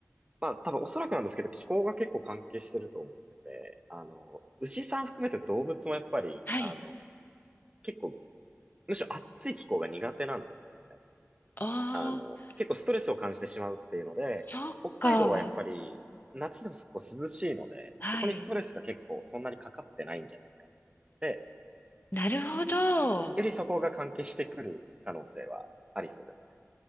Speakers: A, on the right (about 20°); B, on the left (about 40°).
A: まあ、多分おそらくなんですけど、気候が結構関係してると思ってて、あの、牛さん含めて動物もやっぱり、
B: はい。
A: あの、結構、むしろ暑い気候が苦手なんですよね。
B: ああ、
A: あの、結構ストレスを感じてしまうっていうので、
B: そっか。
A: 北海道はやっぱり、夏でも結構涼しいので、
B: はい。
A: そこにストレスが結構そんなにかかってないんじゃないかなって、
B: なるほど。
A: よりそこが関係してくる可能性はありそうですね。